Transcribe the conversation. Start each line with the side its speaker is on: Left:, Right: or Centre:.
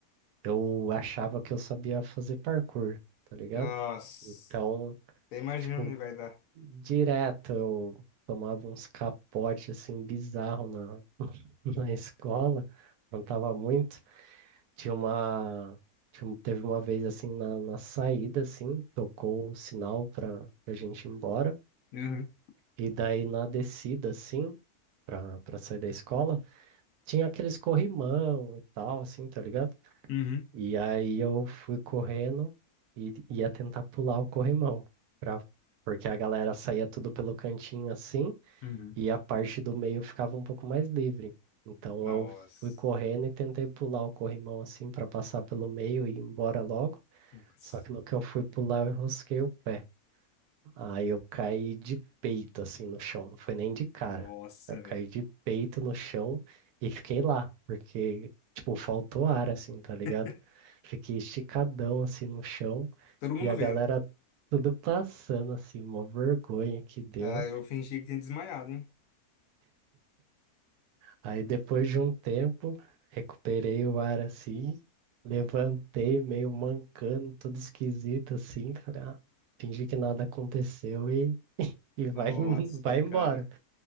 Right: eu achava que eu sabia fazer parkour, tá ligado?
Left: Nossa,
Right: Então,
Left: até imagino
Right: tipo,
Left: onde vai dar.
Right: direto eu tomava uns capotes, assim, bizarro na, <laughs> na escola, não tava muito. Tinha uma. tinha um- Teve uma vez assim na, na saída, assim, tocou o sinal pra, pra gente ir embora.
Left: Uhum.
Right: E daí na descida, assim, pra, pra sair da escola, tinha aqueles corrimão e tal, assim, tá ligado?
Left: Uhum.
Right: E aí eu fui correndo e ia tentar pular o corrimão. Pra, porque a galera saía tudo pelo cantinho assim,
Left: Uhum.
Right: e a parte do meio ficava um pouco mais livre. Então
Left: Nossa.
Right: eu fui correndo e tentei pular o corrimão assim pra passar pelo meio e ir embora logo.
Left: Nossa.
Right: Só que no que eu fui pular, eu rosquei o pé. Aí eu caí de peito, assim, no chão. Não foi nem de cara.
Left: Nossa,
Right: Eu caí
Left: velho.
Right: de peito no chão e fiquei lá, porque, tipo, faltou ar, assim, tá ligado?
Left: <laughs>
Right: Fiquei esticadão, assim, no chão
Left: Todo mundo
Right: e a
Left: vendo.
Right: galera tudo passando, assim, uma vergonha que deu.
Left: Ah, eu fingi que tinha desmaiado, hein?
Right: Aí depois de um tempo, recuperei o ar, assim, levantei meio mancando, todo esquisito, assim, falei, ah, fingi que nada aconteceu e e
Left: Nossa,
Right: vai, em- <laughs> vai
Left: cara.
Right: embora.